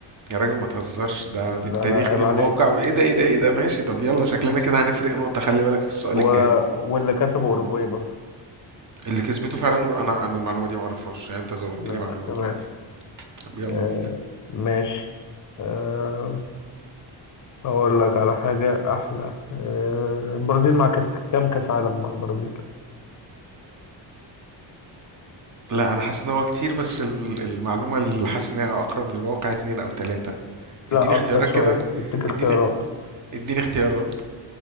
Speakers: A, on the right; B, on the left.
A: يا راجل ما تهزرش ده بالتاريخ
B: لا لا عيب
A: بالموقع
B: عليك
A: ايه ده ايه ده ايه ده ماشي طب يلا شكلنا كده هنفرق نقطة خلي بالك في السؤال
B: و...
A: الجاي
B: واللي كسبوا أوروجواي برضو
A: اللي كسبته فعلا قر- انا انا المعلومة دي ما اعرفهاش يعني انت زودت
B: لا
A: لي معلومة
B: لا تمام
A: دلوقتي طب يلا
B: آه
A: بينا
B: ماشي آه أقول لك على حاجة أحلى آه البرازيل مع كاس كام كأس عالم مع البرازيل؟
A: لا انا حاسس ان هو كتير بس ال- المعلومة اللي حاسس ان هي اقرب للواقع اتنين او تلاتة
B: لا
A: اديني اختيارات
B: أكتر شوية
A: كده
B: أديك اختيارات
A: اديني اديني اختيارات